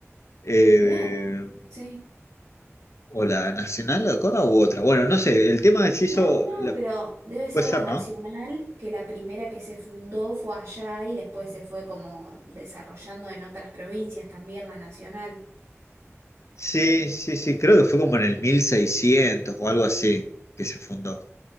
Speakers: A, on the left; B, on the right.
A: eh,
B: Claro, sí.
A: o la Nacional de Córdoba u otra. Bueno, no sé, el tema se hizo,
B: No, no,
A: la-
B: pero debe ser
A: puede
B: la
A: ser,
B: nacional,
A: ¿no?
B: que la primera que se fundó fue allá y después se fue como desarrollando en otras provincias también la nacional.
A: Sí, sí, sí, creo que fue como en el 1600 o algo así que se fundó,